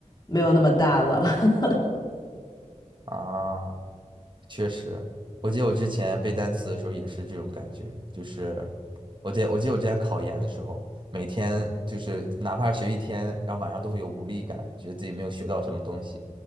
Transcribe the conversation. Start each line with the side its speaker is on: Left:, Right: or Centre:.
Left: 没有那么大了。<laughs>
Right: 啊。确实，我记得我之前背单词的时候也是这种感觉，就是我记得我记得我之前考研的时候，每天就是哪怕是学一天，然后晚上都会有无力感，觉得自己没有学到什么东西。